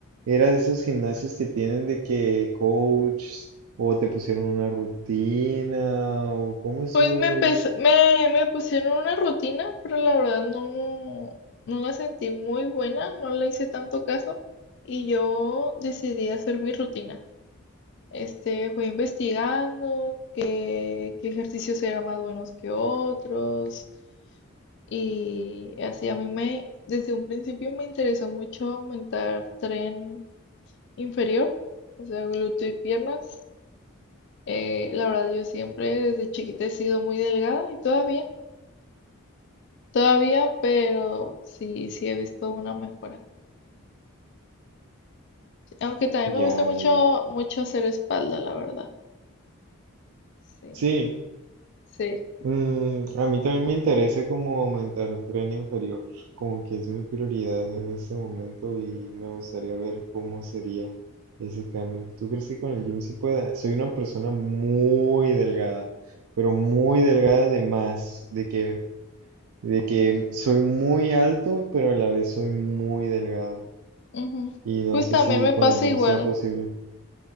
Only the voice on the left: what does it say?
Pues
me
empecé, me, me pusieron una rutina, pero la verdad no, no la sentí muy buena, no le hice tanto caso y yo decidí hacer mi rutina. Este, fue investigando qué, qué ejercicios eran más buenos que otros y así a mí me, desde un principio me interesó mucho aumentar tren inferior, o sea, glúteo y piernas. Eh, la verdad yo siempre desde chiquita he sido muy delgada y todavía. Todavía, pero sí, sí he visto una mejora. Aunque también me
gusta mucho,
mucho hacer espalda, la verdad. Sí,
sí.
ujú.
Pues
también
me
pasa
igual.